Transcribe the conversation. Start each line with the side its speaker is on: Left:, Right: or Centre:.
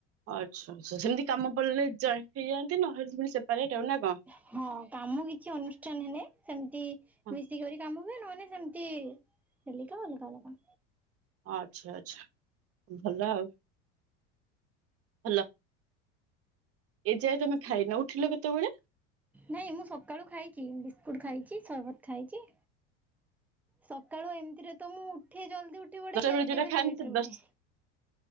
Right: ଆଚ୍ଛା, ଆଚ୍ଛା, ସେମିତି କାମ ପଡ଼ିଲେ ଜଏଣ୍ଟ ହେଇଯାଆନ୍ତି, ନହେଲେ ପୁଣି ସେପାରେଟ୍ ଆଉ ନା କଣ?
Centre: ହଁ, କାମ କିଛି ଅନୁଷ୍ଠାନ ହେଲେ ସେମିତି
Right: ହଁ
Centre: ମିଶିକରି କାମ ହୁଏ ନହେଲେ ସେମିତି ହେଲିକା ଅଲଗା ଅଲଗା।
Right: ଆଚ୍ଛା, ଆଚ୍ଛା, ଭଲ ଆଉ। ହାଲୋ! ଏ ଯାଏ ତମେ ଖାଇନ, ଉଠିଲ କେତେବେଳେ?
Centre: ନାଇଁ, ମୁଁ ସକାଳୁ ଖାଇଛି ବିସ୍କୁଟ ଖାଇଛି, ସର୍ବତ ଖାଇଛି। ସକାଳୁ ଏମିତିରେ ତ ମୁଁ ଉଠେ ଜଲଦି ଉଠି ପଡେ
Right: ଦଶଟା
Centre: କେବେ
Right: ବେଳେ ଯୋଉଟା
Centre: କେବେ
Right: ଖାଆନ୍ତି
Centre: ଲେଟରେ ଉଠେ।
Right: ଦଶ